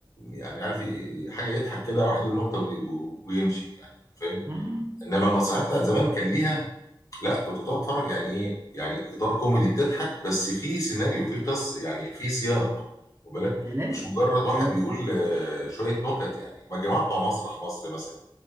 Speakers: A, on the left (about 40°); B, on the right (about 30°).
A: يعني عارف ي- حاجه يضحك كده واحد يقول نكته وي- و- ويمشي يعني فاهم
B: مم،
A: انما المسرحيات بتاعت زمان كان ليها لا كنت تقعد تتفرج يعني ايه يعني اطار كوميدي بتضحك بس في سيناريو في قصه يعني في سياق واخد بالك
B: ده لازم
A: مش مجرد واحد
B: هو-
A: بيقول آه، شويه نكت يعني ما الجماعه بتوع مسرح مصر مثلا